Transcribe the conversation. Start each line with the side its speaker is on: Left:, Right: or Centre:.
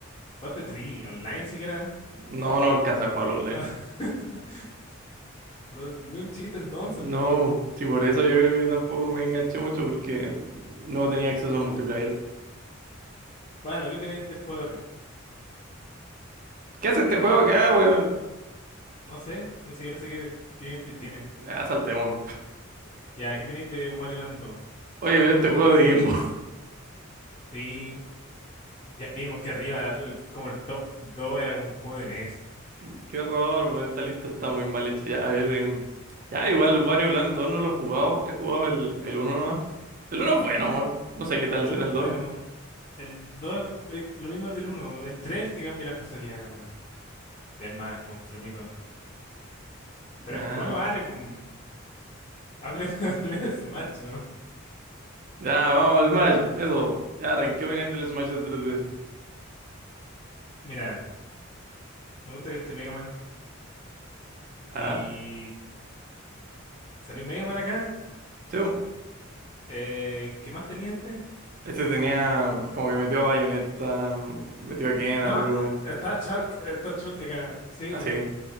Left: jugaste Tree online siquiera?
Right: No, no alcanza a jugar online.
Left: <laughs> No, ni un chiste entonces.
Right: No, sí, por eso yo creo que tampoco me enganché mucho porque no tenía acceso al multiplayer.
Left: Bueno, ¿qué opináis del juego de arriba?
Right: ¿Qué hace este juego acá, weón?
Left: No sé, ni siquiera sé qué, qué gameplay tiene.
Right: Ya, saltémoslo.
Left: Ya, ¿qué opináis de Wario Land 2?
Right: Oye, pero este juego de Game Boy.
Left: Sí, ya vimos que arriba, el- como el top 2 era un juego de NES.
Right: <laughs> Qué horror, weón. Esta lista está muy mal hecha. Ya, a ver, em, ya, igual Wario Land 2 no lo he jugado. He jugado el, el uno nomás. El uno es bueno, weón. No sé qué tal
Left: El
Right: será
Left: uno, es
Right: el
Left: bueno,
Right: dos.
Left: el 2, es lo mismo del uno. el 3, es el que cambia las cosas ya, ya es más como enfermito. Pero
Right: Ah,
Left: es que igual no vale, pum. Hablemos, hablemos <laughs> de Smash, ¿no?
Right: ya, vamos al Smash. Eso. Ya, ranqueo bien el del Smash de 3DS.
Left: Mira, me gusta que esté Mega Man. Y
Right: Ya,
Left: salió Mega Man acá.
Right: sí.
Left: Eh, ¿qué más tenía este?
Right: Este tenía como que metió a Bayonetta, metió a Ken,
Left: No,
Right: a Ryu,
Left: eh, está Shulk, eh, está Shulk acá. Sí,
Right: así.